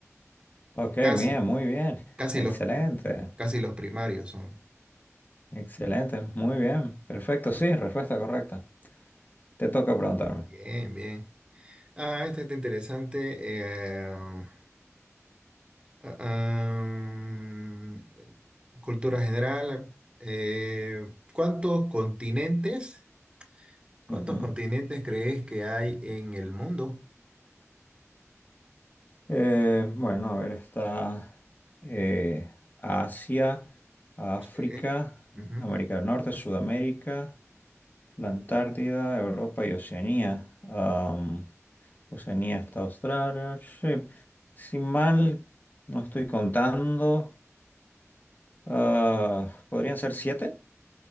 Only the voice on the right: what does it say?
Casi,
casi
los, casi los primarios son.
Bien, bien. Ah, esta está interesante. eh, ah, ah, cultura general. eh, ¿cuántos continentes, cuántos
continentes crees que hay en el mundo?
Sí. ujú.